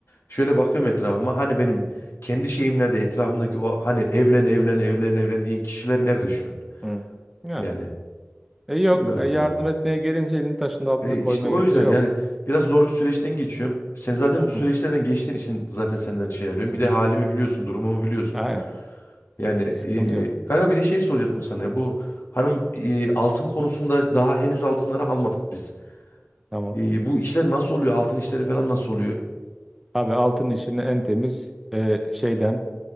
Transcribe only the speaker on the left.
Şöyle bakıyorum etrafıma hani benim kendi şeyimlerde etrafımdaki o hani evlen evlen evlen evlen diyen kişiler nerede şu an?
Yani
bilmiyorum
ya.
E
işte o
yüzden
yani biraz zor bir süreçten geçiyorum. Sen zaten bu süreçlerden
geçtiğin için zaten senden şey alıyorum.
Bir de halimi biliyorsun, durumumu biliyorsun.
Yani
e, kanka bir de şey soracaktım sana ya. Bu hanım e, altın konusunda daha henüz altınları almadık biz.
E, bu işler nasıl oluyor? Altın işleri falan nasıl oluyor?